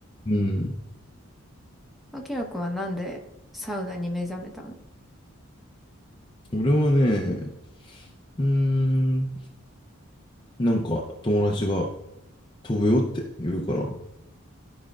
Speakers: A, on the left; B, in the centre.
A: うん。
B: あきらくんはなんでサウナに目覚めたの
A: 俺はね、うーん、なんか友達が飛ぶよって言うから、も